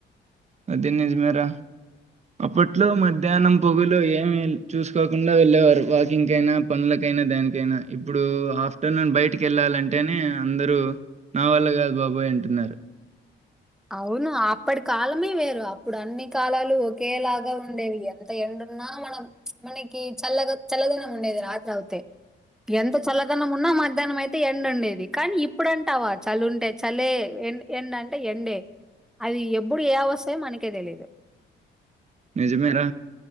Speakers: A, on the right; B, in the centre.
A: అదిే నిజమేరా అప్పట్లో మధ్యాహ్నం పొగులు ఏమి చూసుకోకుండా వెళ్ళేవారు వాకింగ్కైనా పనులకైనా దానికైనా ఇప్పుడు ఆఫ్టర్నూన్ బయటికి వెళ్ళాలంటేనే అందరూ నా వల్ల కాదు బాబోయ్ అంటున్నారు
B: అవును అప్పటి కాలమే వేరు అప్పుడు అన్నిీ కాలాలు ఒకేలాగా ఉండేవి ఎంత ఎండున్నా మనం మనకి చల్లగా చల్లదనం ఉండేది రాత్రి అవుతే ఎంత చల్లదనం ఉన్నా మధ్యాహ్నం అయితే ఎండు ఉండేది కానీ ఇప్పుడంటావా చలి ఉంటే చలే ఎం ఎండ అంటే ఎండే అది ఎప్పుడు ఏ అవస్యో మనకే తెలిదు
A: నిజమేరా